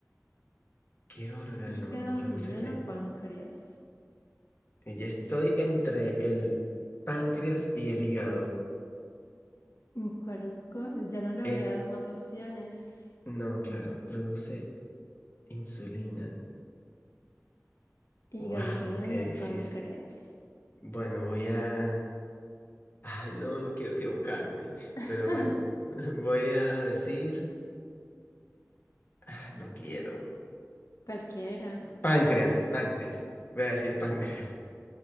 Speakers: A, on the left; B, on the left.
A: ¿Qué órgano
B: Hígado,
A: produce
B: riñón
A: la... in-
B: o páncreas.
A: Y estoy entre el páncreas y el hígado.
B: Mm, ¿Cuál escoges? Ya no le voy
A: Es,
B: a dar más opciones.
A: no, claro, produce insulina.
B: Hígado,
A: Wow,
B: riñón
A: qué
B: o
A: difícil.
B: páncreas.
A: Bueno, voy a... Ay, no, no quiero equivocarme,
B: <laughs>
A: pero bueno, <laughs> voy a decir... Ah, no quiero.
B: Cualquiera.
A: Páncreas, páncreas. Voy a decir páncreas.